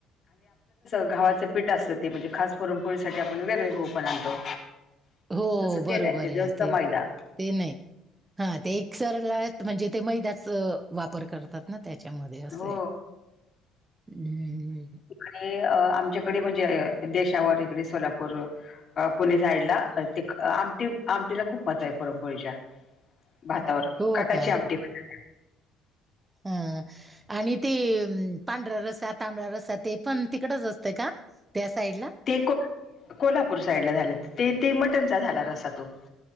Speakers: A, on the left (about 40°); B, on the right (about 20°).
A: गव्हाचा पीठ असतं ते म्हणजे खास पुरणपोळीसाठी आपण वेगळे गहूं पण आणतो.
B: हो
A: तसं
B: बरोबर
A: ते नाही जास्त
B: आहे ते
A: मैदा
B: ते नाही हा ते एकसरला म्हणजे ते मैद्याचा वापर करतात ना त्याच्यामध्ये असे
A: हो.
B: आहे. हम्
A: आणि अ आमच्याकडे म्हणजे ए देशावर इकडे सोलापूर अ पुणे साईडला ते आमटी आमटीला खूप महत्व आहे पुरणपोळीच्या. भातावर
B: हो
A: कटाची
B: का
A: आमटी म्हणे.
B: हा आणि ते अम्म पांढऱ्या रसा, तांबड्या रसा ते पण तिकडच असतं का त्या साईडला?
A: ते को कोल्हापूर साईडला झाले ते ते मटणचा झाला रस्सा तो.